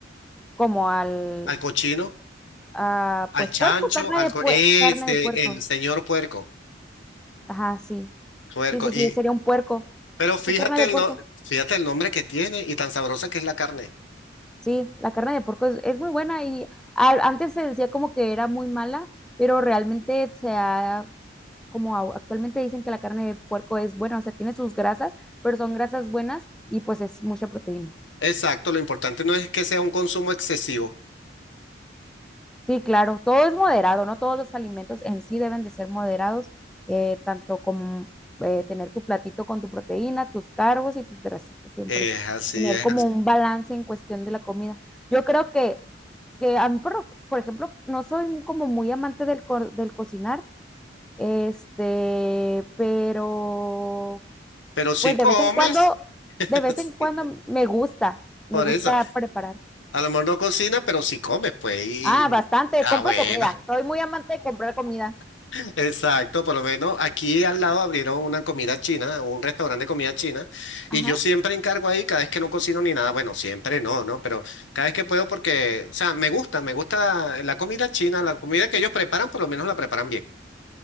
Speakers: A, in the centre; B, on the left (about 85°).
A: Como al,
B: al cochino,
A: ah,
B: al
A: pues
B: chancho,
A: puerco, carne
B: al
A: de
B: co-
A: pue-
B: este,
A: carne de puerco.
B: el señor puerco,
A: Ajá, sí.
B: puerco.
A: Sí, sí,
B: Y,
A: sí, sería un puerco.
B: pero fíjate
A: Sí, carne de
B: el,
A: puerco.
B: no- fíjate el nombre que tiene y tan sabrosa que es la carne.
A: Sí, la carne de puerco es, es muy buena y a- antes se decía como que era muy mala, pero realmente se ha, como au- actualmente dicen que la carne de puerco es buena, o sea, tiene sus grasas, pero son grasas buenas y pues es mucha proteína.
B: Exacto, lo importante no es que sea un consumo excesivo.
A: Sí, claro, todo es moderado, ¿no? Todos los alimentos en sí deben de ser moderados, eh, tanto como eh, tener tu platito con tu proteína, tus carbos y tus grasitas siempre.
B: Es así,
A: Tener
B: es
A: como
B: así.
A: un balance en cuestión de la comida. Yo creo que, que a mí, por, lo- por ejemplo, no soy como muy amante del, co- del cocinar, este, pero
B: Pero si
A: pues
B: comes,
A: de vez en cuando,
B: <laughs>
A: de vez en cuando
B: sí,
A: me gusta, me
B: por
A: gusta
B: eso.
A: preparar.
B: A lo mejor no cocina, pero sí come, pues. Y,
A: Ah, bastante,
B: y- ah,
A: compro
B: bueno,
A: comida, soy muy amante de comprar comida.
B: <laughs> exacto. Por lo menos aquí al lado abrieron una comida china, un restaurante de comida china,
A: Ajá,
B: y yo siempre encargo ahí cada vez que no cocino ni nada. Bueno, siempre no, ¿no? Pero cada vez que puedo porque, o sea, me gusta, me gusta la comida china, la comida que ellos preparan, por lo menos la preparan bien.